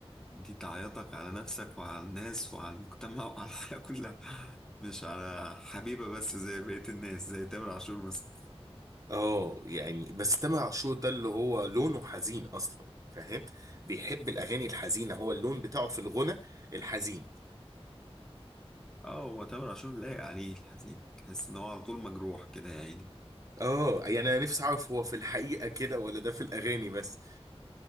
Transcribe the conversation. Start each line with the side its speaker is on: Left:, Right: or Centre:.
Centre: دي تعيطك على نفسك وعلى الناس وعلى المجتمع وعلى الحياة كلها مش على حبيبة بس زي بقية الناس زي تامر عاشور مثلا
Right: اه يعني بس تامر عاشور ده اللي هو لونه حزين أصلا فاهم بيحب الأغاني الحزينة هو اللون بتاعه في الغنى الحزين
Centre: اه هو تامر عاشور لايق عليه الحزين تحس ان هو على طول مجروح كده يا عيني
Right: اه يعني انا نفسي اعرف هو في الحقيقة كده ولا ده في الاغاني بس